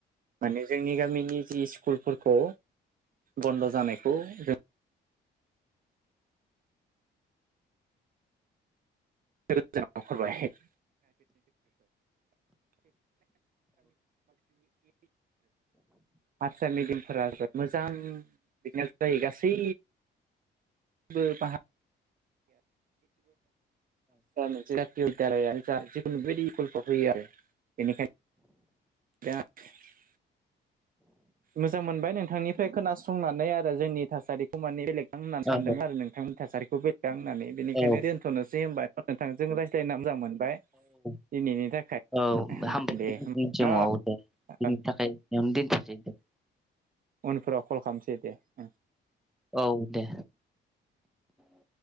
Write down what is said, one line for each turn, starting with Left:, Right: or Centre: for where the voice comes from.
Right: माने जोंनि गामिनि जि स्कुलफोरखौ बन्द' जानायखौ जों <unintelligible> <unintelligible> हारसा मिडियामफोरा जोबोद मोजां बिने जायो गासै <unintelligible> दालानो जा जिखुनु बदि गल्प होयो आरो बेनिखायनो <unintelligible> मोजां मोनबाय नोंथांनिफ्राय खोनासंनानै आरो जोंनि थासारिखौ माने बेलेग होननानै सानदोंमोन
Centre: औ
Right: आरो नोंथांमोननि थासारिखौ बे गां होननानै बेनिखायनो
Centre: औ
Right: दोन्थ'नोसै होनबा नोंथां जों रायज्लायना मोजां मोनबाय
Centre: औ
Right: दिनैनि थाखाय
Centre: हामबाय
Right: दे होमबा
Centre: थआव
Right: न'
Centre: दे बिनि
Right: औ
Centre: थाखाय बेयावनो द दे
Right: उनफोराव कल खालामसै दे ओ
Centre: औ दे <inaudible>